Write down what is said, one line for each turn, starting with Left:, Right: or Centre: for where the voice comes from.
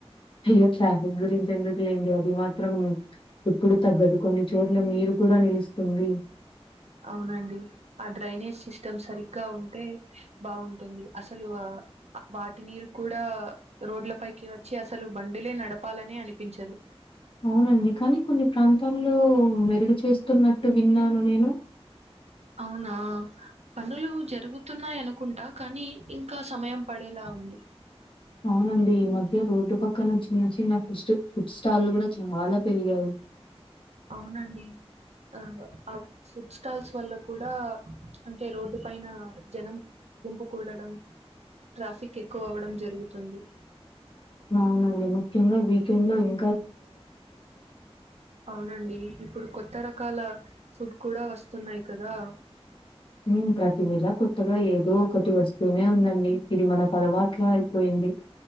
Left: అయ్యో ట్రాఫిక్ గురించి ఎందుకు లేండి అది మాత్రం ఇప్పుడు తగ్గదు కొన్ని చోట్ల నీరు కూడా నిలుస్తుంది
Right: అవునండి ఆ డ్రైనేజ్ సిస్టమ్ సరిగ్గా ఉంటే బాగుంటుంది అసలు ఆ వాటి నీరు కూడా రోడ్ల పైకి వచ్చి అసలు బండిలే నడపాలని అనిపించదు
Left: అవునండి కానీ కొన్ని ప్రాంతాల్లో మెరుగు చేస్తున్నట్టు విన్నాను నేను <inaudible>
Right: అవునా పనులు జరుగుతున్నాయనుకుంటా కానీ ఇంకా సమయం పడేలా ఉంది
Left: అవునండి ఈ మధ్య రోడ్డు పక్కన చిన్న చిన్న ఫుడ్స్ట ఫుడ్ స్టాల్ కూడా చాలా పెరిగాయి
Right: అవునండి ఆ ఆ ఫుడ్ స్టాల్స్ వల్ల కూడా అంటే రోడ్డు పైన జనం గుంపుకూడడం ట్రాఫిక్ ఎక్కువ అవ్వడం జరుగుతుంది
Left: అవునండి ముఖ్యంగా వీకెండ్ లోనే
Right: అవునండి ఇప్పుడు కొత్త రక్ కాల ఫుడ్ కూడా వస్తున్నాయి కదా
Left: ఉ ప్రతి నెల కొ త్తగా ఏదో ఒకటి వస్తూనే ఉందండి ఇది మనకు అలవాట్లా అయిపోయింది